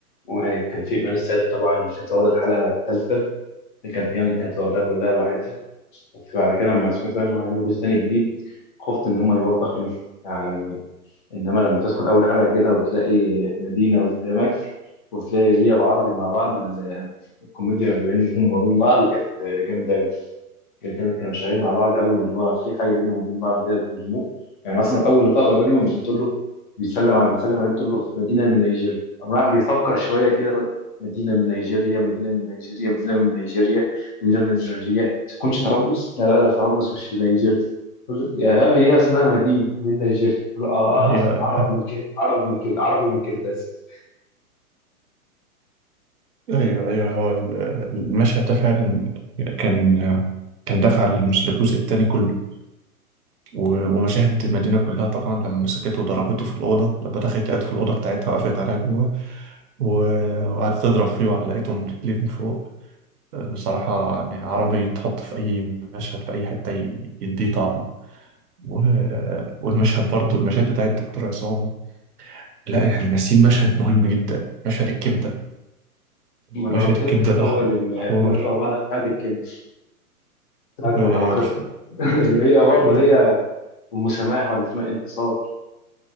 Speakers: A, on the left; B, on the right.
A: وكان في ايمان السيد طبعا كانت واخده الحلقه الثالثه اللي كانت جامده كانت واخدها كلها لوحدها بس بعد كده لما سمعت بقى ان هم هيعملوا جزء ثاني جديد خفت ان هم يوبخ منه يعني انما لما تدخل اول حلقه كده وتلاقي مدينه قدامك وتلاقي هي وعربي مع بعض ال- الكوميديا ما بينهم وما بين بعض كانت جامده الاتنين كانوا شغالين مع بعض اول واللي هو في حاجه بينهم وبين بعض كده بيرموه يعني مثلا اول لقاء بينهم بتقول له بيتسلم على بيتسلم عليه بتقول له مدينه من نيجيريا قام راح بيفكر شويه كده بيقول مدينه من نيجيريا مدينه من نيجيريا مدينه من نيجيريا مدينه من نيجيريا ما تكونش طرابلس لا لا لا طرابلس مش في نيجيريا يقول له يا غبي هي اسمها مدينه من نيجيريا يقول له اه
B: ايوه ايوه
A: عرب من كده عرب من كده عربي من كرداس
B: ايوه ايوه هو ال- المشهد ده فعلا كان كان دافع للمس- للجزء التاني كله و- ومشاهد المدينه كلها طبعا لما مسكته وضربته في الاوضه لما دخلت لقيته في الاوضه بتاعتها وقفت عليها جوه و- وقعدت تضرب فيه وعلقته من رجليه من فوق بصراحه يعني عربي يتحط في اي مشهد في اي حته ي- يديه طعم و- والمشهد برضه المشاهد بتاعت الدكتور عصام لا احنا ناسيين مشهد مهم جدا مشهد الكبده
A: ما انا
B: مشهد
A: قلت
B: الكبدة
A: لك في الاول
B: ده ح-
A: ان
B: حوار
A: هم تبع بعض في حياه الكبر ساعه
B: والف...
A: ما طبختهم <laughs> هي برضه
B: و...
A: هي ام سماح ولا اسمها انتصار